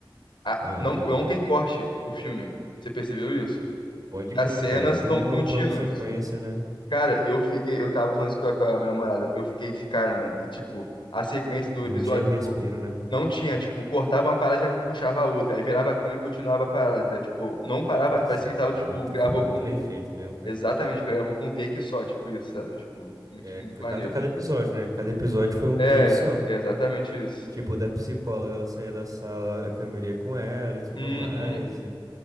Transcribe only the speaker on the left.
a-
não, não tem corte o filme, você percebeu isso?
As
cenas
estão
contínuas.
Cara, eu fiquei, eu tava falando isso com a, com a minha namorada, eu fiquei de cara, mano, que, tipo, a sequência do
episódio,
tipo,
Não tinha, tipo, cortava uma parada e já puxava a outra. Aí virava a câmera e continuava a parada. Era, tipo, não parava,
parecia que tava,
tipo, gravou
com.
Exatamente, que gravou com um take só, tipo isso, sabe? Tipo, muito,
muito
maneiro.
É,
exatamente isso.
Uhum.